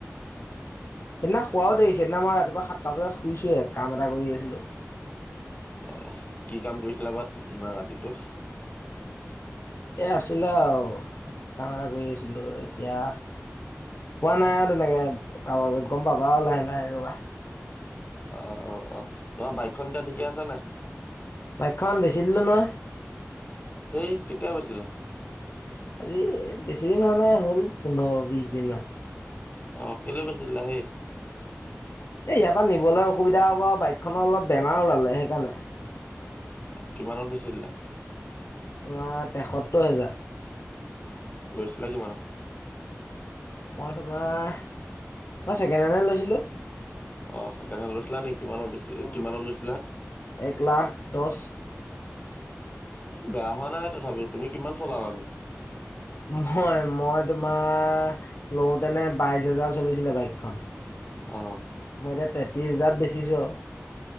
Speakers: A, on the left; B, on the left.
A: সেইদিনা খুৱও দেই সেইদিনা মই ৰাতিপুৱা সাতটা বজাত শুইছোে কাম এটা কৰি আছিলো
B: অ কি কাম কৰিছিলা বাৰ ইমান ৰাতিটো
A: এ আছিলে আৰু কাম এটা কৰি আছিলো এতিয়া। পোৱা নাই আৰু তেনেকে কাৰোবত গ'ম পাবা আৰু লাহে লাহে ৰবা।
B: অ, অ, অ, তোমাৰ বাইকখন এতিয়া ঠিকে আছে নে।
A: বাইখন বেচি দিলো নহয়।
B: সেই কেতিয়া গৈছিলা।
A: আজি বেছিদিন হোৱা নাই হ'ল পোন্ধৰ বিশ দিন মমান
B: অ কেলে বেছিলা হেই
A: এ ইয়াৰ পৰা নিবলৈ অসুবিধা হ'ব, আৰু বাইকখননৰ অলপ বেমাৰ ওলালে। সেইকাৰণে
B: অ কিমানত বেছি জিলা।
A: তোমাৰ তেসোত্তৰ হেজাৰ।
B: গৈছিলে কিমানত
A: মই তোমাৰ মই ছেকেণ্ড হেণ্ডহে লৈছিলোঁ
B: অ ছেকেণ্ড হেণ্ড লৈছিলা নেকি কিমানৰ বেছি
A: অ'
B: কিমানৰ লৈছিলা
A: এক লাখ দহ
B: বেয়া হোৱা নাই তথাপিও তুমি কিমান চলানো।
A: মই মই তোমাৰ লওঁতেনে বাইশ হোজাৰ চলিছিলে বাইকখন।
B: অ।
A: মই এতিয়া তেত্ৰিছ হোজাৰত বেছিছোঁ আও।